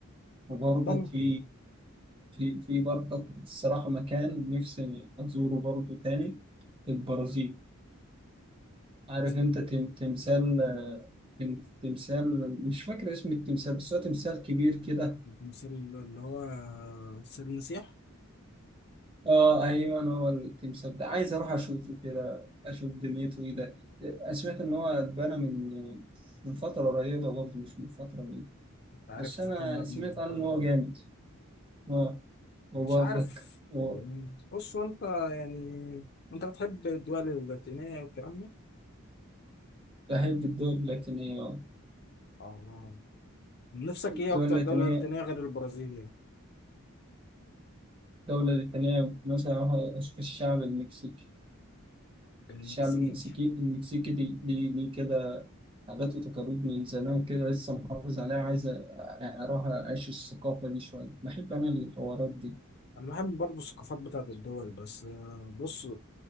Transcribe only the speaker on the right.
وبرضك
في في في برضك الصراحة مكان نفسي أزوره برضه تاني البرازيل. عارف
انت تم- تمثال آه، تم- تمثال مش فاكر اسم التمثال بس هو تمثال كبير كده
اه ايوه هو التمثال ده عايز اروح اشوفه كده اشوف دنيته ايه ده آه، سمعت ان هو اتبنى من من فترة قريبة برضه مش من فترة بعيدة
بس
انا
سمعت
عنه ان هو جامد اه وبرضك
و-
بحب الدول اللاتينية آه.
الدول
اللاتينية
الدولة اللاتينية مثلا أروح أشوف الشعب المكسيكي
الشعب المكسيكي المكسيكي ليه ليه- ليه كده عادات وتقاليد من زمان كده لسه محافظ عليها عايز أ- أروح أعيش الثقافة دي شوية بحب أنا الحوارات دي